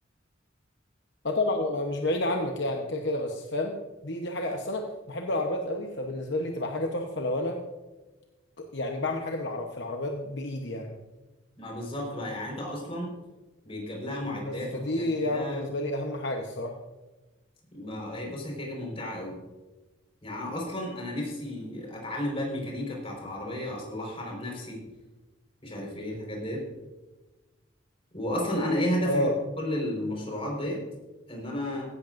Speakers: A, on the left (about 60°); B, on the left (about 30°).
A: اه طبعا هو مش بعيد عنك يعني كده كده بس فاهم دي دي حاجه اصل انا بحب العربيات قوي فبالنسبه لي تبقى حاجه تحفه لو انا ك- يعني بعمل حاجه بالعرب في العربيات بايدي يعني
B: ما بالظبط بقى يعني انت اصلا بيتجاب لها معدات
A: بس فدي
B: وحاجات كده
A: يعني بالنسبه لي اهم حاجه الصراحه
B: ما هي بص هي كده كده ممتعه قوي يعني أنا اصلا انا نفسي اتعلم بقى الميكانيكا بتاعت العربيه اصلحها انا بنفسي مش عارف ايه الحاجات دي واصلا انا ايه هدفي
A: اه
B: بقى في كل المشروعات ديت ان انا